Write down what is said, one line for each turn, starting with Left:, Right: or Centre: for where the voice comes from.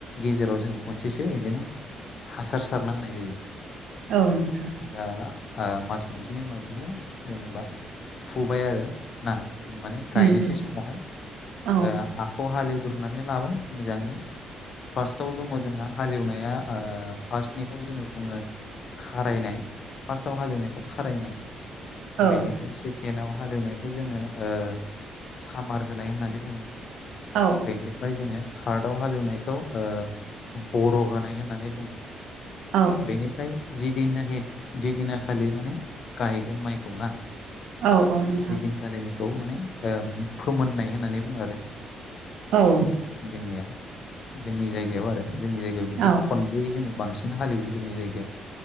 Left: गेजेराव जोङो खनसेसो बिदिनो हासार सारना होनाय जायो
Right: औ नोंथां
Left: दा ओ मास मोनसेनि उनाव बिदिनो जेनेबा फुबाय आरो ना माने गायनोसै
Right: उम उम
Left: समावहाय
Right: औ
Left: ओ हा खौ हालेवग्रोनानै लाबाय मोजांनो फार्स्टआव दङ जोंहा हालेवनाया ओ फार्स्टनिखौ जोङो बुङो खारायनाय फार्स्टआव हालेवनायखौ खारायनाय
Right: औ
Left: बेनि बे सेकेणडआव हालेवनायखौ जोङो ओ सामार होनाय होननानै बुङो
Right: औ
Left: बेनिफ्राय जोङो थार्दआव हालेवनायखौ ओ बर' होनाय होननानै बुङो
Right: औ
Left: बेनिफ्राय जिदिनाखि जिदिनाखालि माने गाहैगोन माइखौ ना
Right: औ औ नोंथां
Left: ओइदिनखालिनिखौ माने ओ फोमोननाय होननानै बुङो आरो
Right: औ
Left: जोंनिया जोंनि जायगायाव आरो जोंनि जायगायाव बिदि
Right: औ
Left: खन ब्रै जोङो बांसिन हालेवो जोंनि जायगायाव